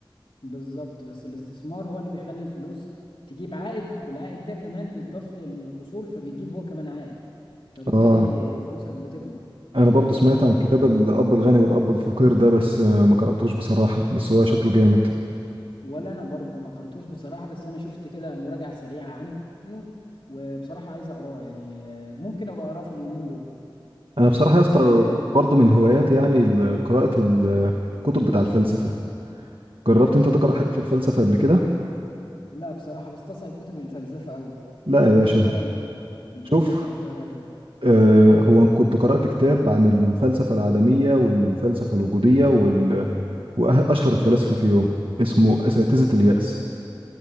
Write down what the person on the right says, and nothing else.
اه
انا برضو سمعت
عن كتاب الاب الغني والاب الفقير ده بس آه، ما قراتوش بصراحه بس هو شكله جامد
انا بصراحه
يا اسطى
برضو من هواياتي يعني ال- قراءه الكتب بتاع الفلسفه جربت انت تقرا
حاجه في الفلسفه قبل كده
لا
يا باشا
شوف
آه، هو أنا كنت قرات كتاب عن الفلسفه العدميه والفلسفه الوجوديه وال... واشهر الفلاسفه فيهم اسمه اساتذه اليأس